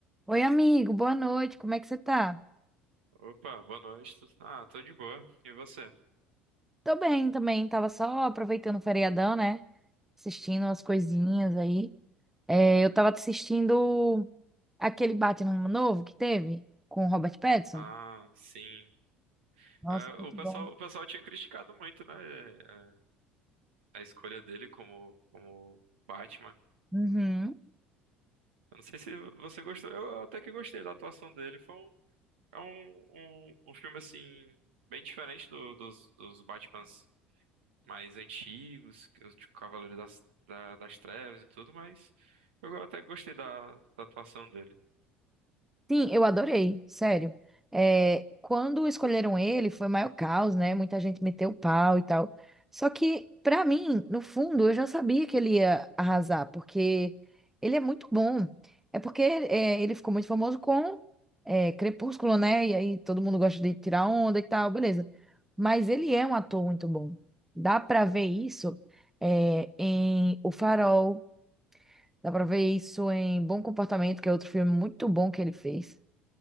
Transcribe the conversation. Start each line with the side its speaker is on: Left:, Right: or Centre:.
Centre: Oi, amigo, boa noite, como é que você tá?
Right: Opa, boa noite. Tu- Ah, tô de boa. E você?
Centre: Tô bem também, tava só aproveitando o feriadão, né? Assistindo umas coisinhas
Right: Uhum.
Centre: aí. É, eu tava assistindo aquele Batman novo que teve com o Robert Pattinson.
Right: Ah, sim.
Centre: Nossa,
Right: É,
Centre: muito
Right: o pessoal,
Centre: bom.
Right: o pessoal tinha criticado muito, né? é, a escolha dele como, como Batman.
Centre: Uhum.
Right: Eu não sei se você gostou. Eu até que gostei da atuação dele. Foi um, é um, um, um filme, assim, bem diferente do- dos, dos Batmans mais antigos, que os de Cavaleiro das, da- das Trevas e tudo, mas eu até gostei da, da atuação dele.
Centre: Sim, eu adorei, sério. É, quando escolheram ele, foi o maior caos, né? Muita gente meteu o pau e tal. Só que, pra mim, no fundo, eu já sabia que ele ia arrasar, porque ele é muito bom. É porque é, ele ficou muito famoso com é, Crepúsculo, né? E aí todo mundo gosta de tirar onda e tal, beleza. Mas ele é um ator muito bom. Dá pra ver isso é, em O Farol, dá pra ver isso em Bom Comportamento, que é outro filme muito bom que ele fez.